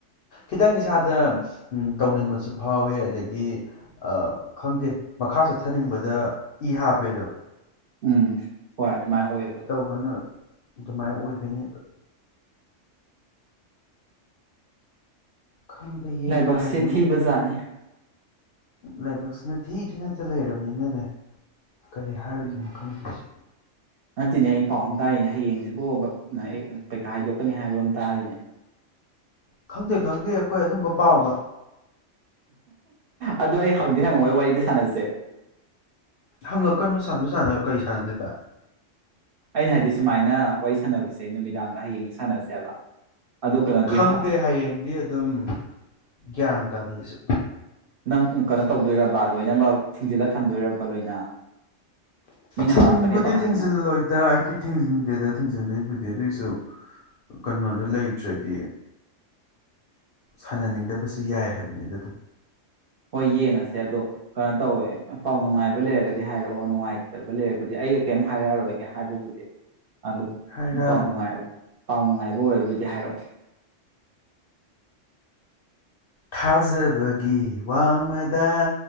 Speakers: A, on the left; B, on the right.
A: ꯈꯤꯇꯪ ꯏꯁꯥꯗ ꯇꯧꯅꯤꯡꯕꯁꯨ ꯐꯥꯎꯋꯦ ꯑꯗꯒꯤ ꯑꯥ ꯈꯪꯗꯦ ꯃꯈꯥ ꯆꯠꯊꯅꯤꯡꯕꯅꯤ ꯗ ꯏ ꯍꯥꯞꯄꯦꯗꯣ
B: ꯎꯝ ꯍꯣꯏ ꯑꯗꯨꯃꯥꯏꯅ ꯑꯣꯏꯌꯦꯕ
A: ꯇꯧꯕꯅ ꯑꯗꯨꯃꯥꯏꯅ ꯑꯣꯏꯕꯩꯅꯦꯕ ꯈꯪꯗꯦ ꯌꯦꯡꯕ
B: ꯂꯥꯏꯕꯛꯁꯤ
A: ꯍꯥꯏꯗꯨꯅꯤ
B: ꯊꯤꯕ ꯖꯥꯠꯅꯤ
A: ꯂꯥꯏꯕꯛꯁꯤꯅ ꯊꯤ ꯊꯤꯅꯇ ꯂꯩꯔꯕꯅꯤꯅꯅꯦ ꯀꯔꯤ ꯍꯥꯏꯕꯗꯣ
B: ꯎꯝ
A: ꯈꯪꯗꯁꯤ
B: ꯅꯠꯇꯦꯅꯦ ꯑꯩ ꯄꯥꯎ ꯑꯃ ꯇꯥꯔꯤꯅꯦ ꯍꯌꯦꯡꯁꯤꯕꯨ ꯄꯩꯈꯥ ꯍꯥꯏꯗꯣꯛꯀꯅꯤ ꯍꯥꯏꯕ ꯑꯃ ꯇꯥꯔꯤꯅꯦ
A: ꯈꯪꯗꯦ ꯈꯪꯗꯦ ꯑꯩꯈꯣꯏ ꯑꯗꯨꯝꯕ ꯄꯥꯎꯒ
B: ꯑꯗꯣ ꯑꯩ ꯍꯪꯗꯤꯦ ꯍꯪꯉꯛꯣꯏ ꯋꯥꯔꯤꯗ ꯁꯥꯟꯅꯁꯦ
A: ꯍꯪꯉꯛꯀꯅꯨ ꯁꯥꯟꯅ ꯁꯥꯟꯅ ꯀꯔꯤ ꯁꯥꯟꯅꯗꯦꯕ
B: ꯑꯩꯅ ꯍꯥꯏꯗꯤ ꯁꯨꯃꯥꯏꯅ ꯋꯥꯔꯤ ꯁꯥꯟꯅꯕꯁꯦ ꯅꯨꯃꯤꯗꯥꯡꯗ ꯍꯌꯦꯡ ꯁꯥꯟꯅꯁꯦꯕ ꯑꯗꯣ ꯀꯩꯅꯣꯗꯤ
A: ꯈꯪꯗꯦ ꯍꯌꯦꯡꯗꯤ ꯑꯗꯨꯝ ꯒ꯭ꯌꯥꯟ ꯇꯥꯗꯦꯁꯨ
B: ꯅꯪ ꯀꯩꯅꯣ ꯇꯧꯗꯣꯏꯔꯕ ꯂꯣꯏꯅꯃꯛ ꯊꯤꯡꯖꯤꯜꯂ ꯊꯝꯗꯣꯏꯔꯕ ꯂꯣꯏꯅ ꯃꯤꯅ
A: ꯊꯤꯡꯕꯨꯗꯤ
B: ꯍꯪꯉꯛꯀꯅꯤ ꯄꯥꯈꯠꯇꯅ
A: ꯊꯤꯡꯖꯤꯜꯂꯣꯏꯗ ꯑꯩꯗꯤ ꯊꯤꯡꯖꯤꯟꯗꯦꯗ ꯊꯤꯡꯖꯤꯟꯗꯩꯕꯨꯗꯤ ꯑꯗꯨꯏꯁꯨ ꯀꯩꯅꯣꯗꯨ ꯂꯩꯇ꯭ꯔꯗꯤ ꯁꯥꯟꯅꯅꯤꯡꯗꯕꯁꯨ ꯌꯥꯏ ꯍꯥꯏꯕꯅꯤꯗ ꯑꯗꯨꯝ
B: ꯍꯣꯏ ꯌꯦꯡꯉꯁꯦ ꯑꯗꯣ ꯀꯩꯅꯣ ꯇꯧꯋꯦ ꯄꯥꯎ ꯅꯨꯡꯉꯥꯏꯕ ꯂꯩꯔꯒꯗꯤ ꯍꯥꯏꯔꯛꯑꯣ ꯅꯨꯡꯉꯥꯏꯇꯕ ꯂꯩꯔꯕꯨꯗꯤ ꯑꯩ ꯀꯔꯤꯝ ꯍꯥꯏꯔꯛꯑꯔꯣꯏꯒꯦ ꯍꯥꯏꯕꯕꯨꯗꯤ ꯑꯗꯨ
A: ꯍꯥꯏꯔꯥꯟ
B: ꯄꯥꯎ ꯅꯨꯡꯉꯥꯏ ꯄꯥꯎ ꯅꯨꯡꯉꯥꯏꯕ ꯑꯣꯏꯗꯨꯗꯤ ꯍꯥꯏꯔꯛꯑꯣ
A: ꯊꯥꯖꯕꯒꯤ ꯋꯥꯡꯃꯗ